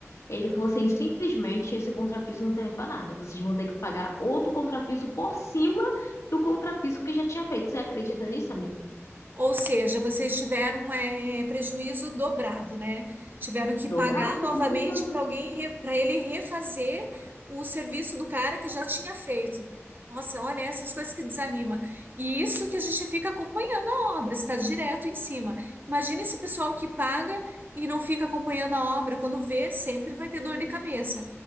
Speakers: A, on the left (about 80°); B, on the right (about 40°).
A: Ele falou assim: Simplesmente esse contrapiso não serve pra nada. Vocês vão ter que pagar outro contrapiso por cima do contrapiso que já tinha feito. Você acredita nisso, amiga?
B: Ou seja, vocês tiveram é, prejuízo dobrado, né? Tiveram que
A: Dobrado,
B: pagar novamente
A: com certeza.
B: para alguém, para ele refazer o serviço do cara que já tinha feito. Nossa, olha essas coisas que desanima. E isso que a gente fica acompanhando a obra, está direto em cima. Imagina esse pessoal que paga e não fica acompanhando a obra, quando vê, sempre vai ter dor de cabeça.